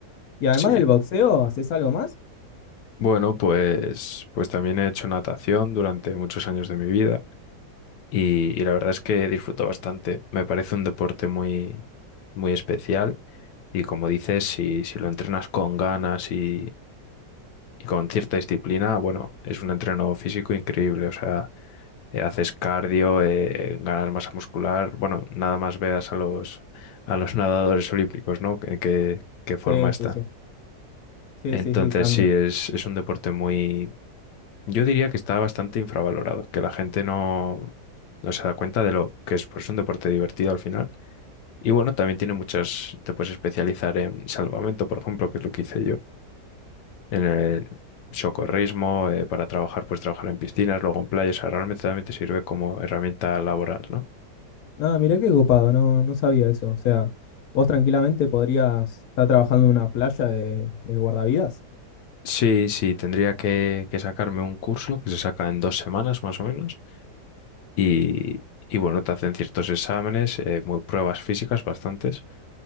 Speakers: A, on the left (about 60°); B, on the left (about 80°).
A: Y además
B: Sí.
A: del boxeo, ¿haces algo más?
B: Bueno, pues, pues también he hecho natación durante muchos años de mi vida. y, y la verdad es que disfruto bastante. Me parece un deporte muy, muy especial y como dices, si, si lo entrenas con ganas y, y con cierta disciplina, bueno, es un entreno físico increíble. O sea, eh, haces cardio, eh, ganas masa muscular. Bueno, nada más veas a los, a los <laughs> nadadores olímpicos, ¿no? ¿Qué, qué, qué
A: Sí,
B: forma está.
A: sí, sí, sí,
B: Entonces
A: sí, sí, también.
B: sí, es, es un deporte muy yo diría que está bastante infravalorado, que la gente no, no se da cuenta de lo que es pues un deporte divertido al final. Y bueno, también tiene muchas, te puedes especializar en salvamento, por ejemplo, que es lo que hice yo, en el socorrismo, eh, para trabajar, pues trabajar en piscinas, luego en playas, o sea, realmente también te sirve como herramienta laboral, ¿no?
A: Ah, mirá qué copado, no, no sabía eso. O sea, vos tranquilamente podrías estar trabajando en una playa de, de guardavidas.
B: Sí, sí, tendría que, que sacarme un curso que se saca en dos semanas más o menos. Y, y bueno, te hacen ciertos exámenes, eh, muy pruebas físicas bastantes.